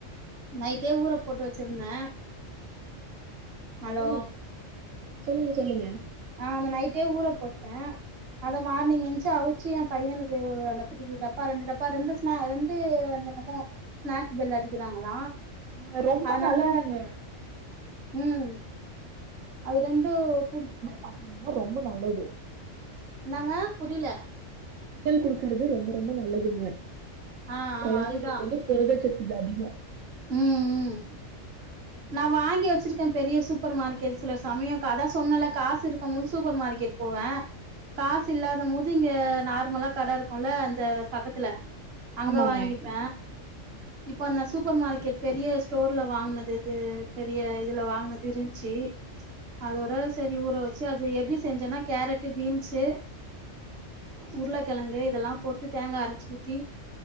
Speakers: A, on the right; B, on the right.
A: நைட்டே ஊற போட்டு வெச்சிருந்த அலோ
B: சொல்லுங்க சொல்லுங்க சொல்லுங்க
A: அ அந்த நைட்டே ஊற போட்ட அத மார்னிங் என்ச்சி அவுச்சு எ பையனுக்கு அந்த குட்டி குட்டி டப்பா ரெண்டு டப்பா ரெண்டு நாலந்து அது என்னமோ ஸ்நாக்ஸ் பெல்லு அடிக்கறாங்களா
B: ஆ ரொம்ப
A: அதனால
B: நல்லதுங்க
A: ம் அது ரெண்டு குடுத்
B: பாத்தீங்கின்னா ரொம்ப நல்லது
A: என்னங்க புரில
B: சுண்டல் குடுக்கறது ரொம்ப ரொம்ப நல்லதுங்க
A: ஆ ஆ
B: கொழந்தைங்களுக்கு
A: அதுதா
B: வந்து புரதச்சத்து அதிகோ
A: ம் ம் நா வாங்கி வெச்சிருக்கே பெரிய சூப்பர் மார்க்கெட்ஸ்ல சமயோ அதா சொன்னல காசு இருக்க போது சூப்பர் மார்க்கெட் போவ காசு இல்லாத மோது இங்க நார்மலா கட இருக்குல்ல அந்த பக்கத்துல அங்க
B: ஆமாங்க
A: வாங்கிப்ப இப்ப அந்த சூப்பர் மார் கே பெரிய ஸ்டோர்ல வாங்னது இது பெரிய இதுல வாங்கனது இருன்ச்சு அதோட செரி ஊற வெச்சு அது எப்டி செஞ்சன்னா கேரட்டு பீன்ஸ்சு உருளக்கெழங்கு இதெல்லா போட்டு தேங்கா அரைச்சு ஊத்தி